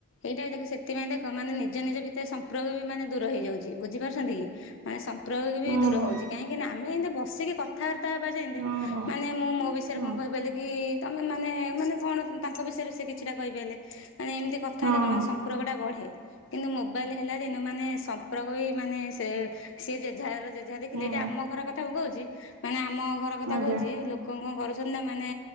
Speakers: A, on the left; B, on the right.
A: ଏଇଟା ବି ଦେଖ ସେଥିପାଇଁ ଦେଖ ମାନେ ନିଜ ନିଜ ଭିତରେ ସମ୍ପର୍କ ବି ମାନେ ଦୂର ହେଇଯାଉଛି ବୁଝିପାରୁଛନ୍ତି କି ମାନେ ସମ୍ପକ୍ରଙ୍ଗ ଉପୟୋଗ ବି
B: ହଁ
A: ଦୂର
B: ହଁ
A: ହଉଛି କାହିଁକି ନା ଆମେ ଏମିତି ବସିକି କଥାବାର୍ତ୍ତା ହେବା ଯେଏତି
B: ହଁ ହଁ
A: ମାନେ ମୁଁ ମୋ ବିଷୟରେ
B: ହଁ
A: କଣ- କହିପାରିଲେ କି ତମେ ମାନେ ମାନେ କଣ ତାଙ୍କ ବିଷୟରେ ସେ କିଛିଟା କହିପାରିଲେ। ମାନେ ଏମିତି କଥା
B: ହଁ
A: ହେଲେ କଣ ମାନ
B: ହଁ
A: ସମ୍ପର୍କ ଟା ଗଢେ କିନ୍ତୁ ମୋବାଇଲ ହେଲା ଦିନ ମାନେ ସମ୍ପର୍କ ବି ମାନେ ସେ ସି ଜେ ଜେ ଦେଖିଲେ
B: ହଁ
A: ଏଇଟି ଆମ ଘର କଥା ମୁଁ କହୁଛି ମାନେ ଆମ ଘର କଥା
B: ଆଜ୍ଞା
A: କହୁଛି ଲୋକ କଣ କରୁଛନ୍ତି ନା ମାନେ